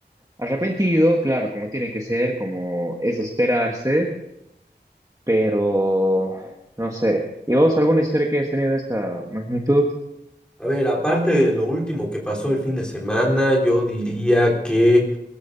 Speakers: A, on the right; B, in the centre.
A: Arrepentido, claro, como tiene que ser, como es de esperarse, pero no sé. ¿Y vos alguna historia que hayas tenido de esta magnitud?
B: A ver, aparte de lo último que pasó el fin de semana, yo diría que,